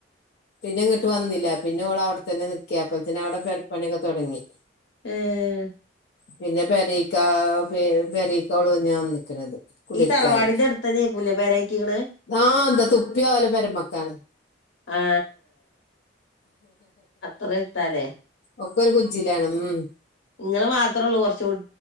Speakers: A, on the left (about 60°); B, on the left (about 80°).
A: പിന്നെ ഇങ്ങിട്ട് വന്നില്ല പിന്നെ ഓള് അവിടെ തന്നെ നിക്കെ അപ്പോഴത്തേന് അവിടെ പെര പണിയൊക്കെ തുടങ്ങി.
B: ഏഹ്.
A: പിന്നെ പെരീക്ക പെരീക്ക ഓള് വന്ന് ഞാൻ നിക്കണത്. കുടക്കാന്
B: ഈ തറവാടിന്റെ അടുത്തന്നേക്കൂലേ പെരായിറ്റീക്കണ്
A: ആ എന്താ തുപ്പിയ പോലെ പെരുമക്ക <unintelligible>
B: ആ അത്ര എത്താലേ
A: ഒക്കെ ഒരു കുജിയിലാണ് <unintelligible>
B: നിങ്ങള് മാത്രഉള്ളൂ കുറച്ചു